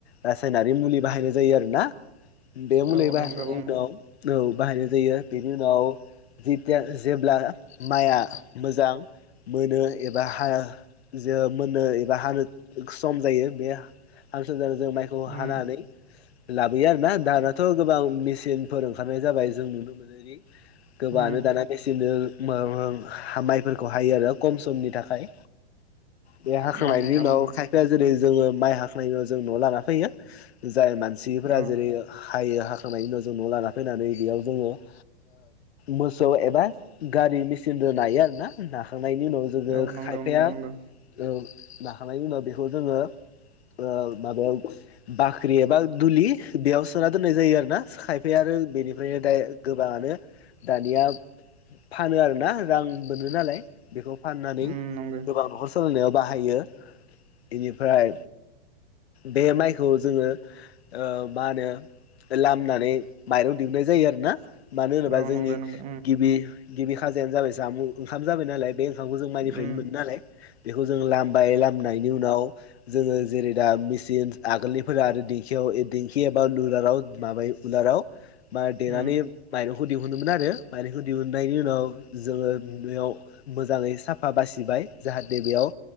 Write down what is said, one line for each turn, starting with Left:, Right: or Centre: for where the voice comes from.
Left: रासायनारि मुलि बाहायनाय जायो आरोना बे मुलि
Right: औ
Left: बाहायखांनायनि
Right: नंगौ उम
Left: उनाव। औ बाहायनाय जायो बेनि उनाव जिथिया जेब्ला माइआ। मोजां। मोनो एबा हा जे मोननो एबा हानो सम जायो बे। हांसोनानै जों माइखौ
Right: उम
Left: हानानै लाबोयो आरो ना दानाथ' गोबां मेचिनफोर ओंखारनाय जाबाय जों नुनो मोनोदि। गोबाङानो
Right: उम
Left: दाना मेसिननो मो माइफोरखौ हायो आरो खम समनि थाखाय। बे हाखांनायनि
Right: औ नोंथां
Left: उनाव
Right: नंगौ
Left: खायफाया जेरै जोङो माइ हाखांनायनि उनाव जों न'आव लाना फैयो। जाय मानसिफ्रा
Right: औ
Left: जेरै हायो हाखांनायनि उनाव जों न'आव लाना फैनानै बेयाव जोङो। ओ मोसौ एबा गारि मेसिनजों नायो आरोना नाखां नायनि उनाव जोङो
Right: औ नंगौ
Left: खायफाया
Right: नोंथां नंगौ
Left: ओ नाखांनायनि उनाव बेखौ जोङो। ओ माबायाव। बाख्रि एबा दुलि बेयाव सोना दोननाय जायो आरो ना खायफाया आरो बेनिफ्रायनो दा गोबाङानो दानिया फानो आरो दा रां मोनो नालाय बेखौ फाननानै
Right: उम नंगौ
Left: गोबां न'खर सोलोंनायाव बाहायो बेनिफ्राय बे माइखौ जोङो मा होनो लामनानै माइरं दिहनाय जायो आरो ना मानो होनोबा
Right: औ
Left: जोंनि
Right: नंगौ नंगौ उम
Left: गिबि गिबि खाजायानो जाबाय जामुं ओंखाम जाबाय नालाय बे बिखौ जों माइनिफ्रायनो
Right: उम
Left: मोनो नालाय बेखौ जों लामबाय लामनायनि उनाव जोङो जेरै दा मेसिन आगोलनिफोरा आरो दिेंखियाव दिेंखि एबा उलाराव माबायो उलाराव बा देनानै
Right: उम
Left: माइरंखौ दिहुनोमोन आरो माइरंखौ दिहुननायनि उनाव जोङो बेयाव मोजाङै साफा बासिबाय जाहाथे बेयाव